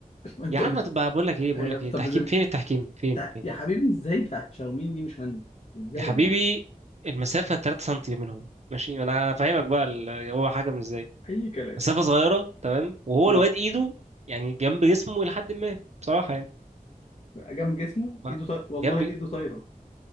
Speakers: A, on the left (about 50°); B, on the right (about 50°).
A: <coughs> <laughs> انتوا
B: يا عم
A: انتوا
B: بقى بقول لك ايه بقول
A: آه،
B: لك
A: طب
B: ايه تحكيم
A: زم...
B: فين التحكيم فين
A: تع-
B: فين
A: يا حبيبي ازاي بتاعت شاومين دي مش هاند ازاي
B: يا حبيبي
A: يعني
B: المسافه 3 سم منهم ماشي انا فاهمك بقى ال- هو حكم ازاي
A: اي كلام
B: مسافه صغيره تمام وهو
A: اه
B: الواد ايده يعني جنب جسمه الى حد ما بصراحه يعني
A: جنب جسمه
B: ما-
A: ايده طايره والله
B: جنب
A: ايده طايره